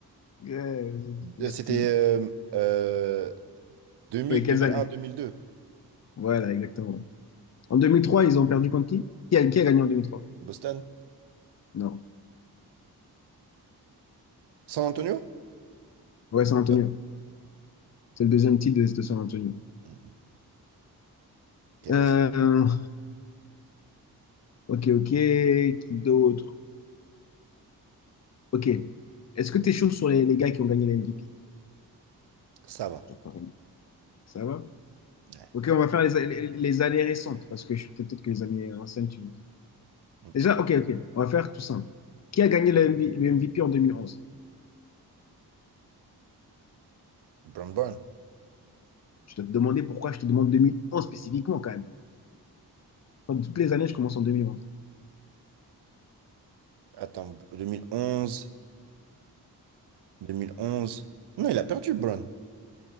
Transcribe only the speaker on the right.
Euh,
C'était euh, euh, 2000,
2001,
2002.
Boston.
San Antonio?
Euh,
mm, ok,
vas-y.
Ça va.
Ouais.
Mm.
Brown Brown.
Attends, 2011. 2011. Non, il a perdu, Brown.